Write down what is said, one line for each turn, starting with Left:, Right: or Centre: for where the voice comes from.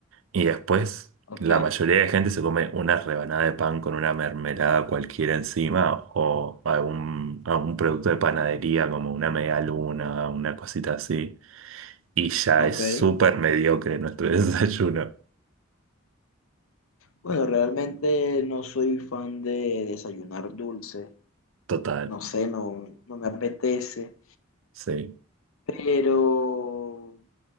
Right: Y después,
Left: Ok.
Right: la mayoría de gente se come una rebanada de pan con una mermelada cualquiera encima o algún, algún producto de panadería como una media luna, una cosita así. Y ya
Left: Ok.
Right: es súper mediocre nuestro <laughs> desayuno.
Left: Bueno, realmente no soy fan de desayunar dulce.
Right: Total,
Left: No sé, no, no me apetece.
Right: sí,
Left: Pero